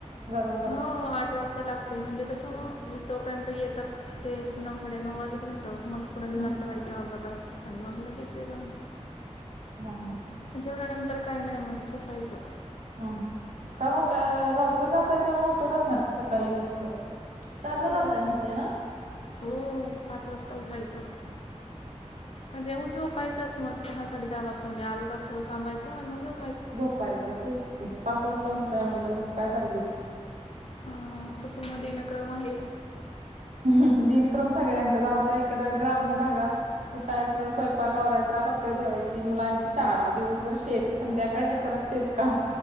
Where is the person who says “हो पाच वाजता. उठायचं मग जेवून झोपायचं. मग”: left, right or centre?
Left